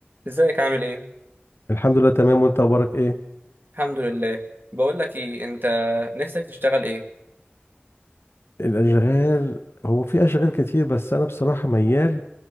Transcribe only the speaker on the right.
ازيك عامل ايه
الحمد لله بقول لك ايه انت نفسك تشتغل ايه